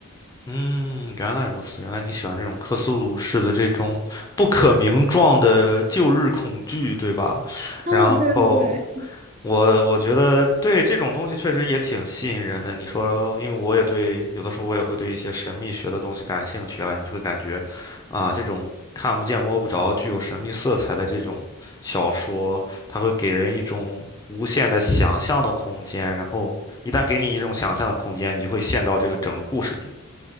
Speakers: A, on the left (about 15°); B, on the right (about 35°).
A: 嗯，原来如此，原来你喜欢这种克苏鲁式的这种不可名状的旧日恐惧，对吧？
B: 啊，
A: 然后，
B: 对对对，
A: 我我觉得对这种东西确实也挺吸引人的。你说，因为我也对，有的时候我也会对一些神秘学的东西感兴趣啊，你会感觉，啊，这种看不见摸不着、具有神秘色彩的这种小说，它会给人一种无限的想象的空间。然后一旦给你一种想象的空间，你就会陷到这个整个故事里。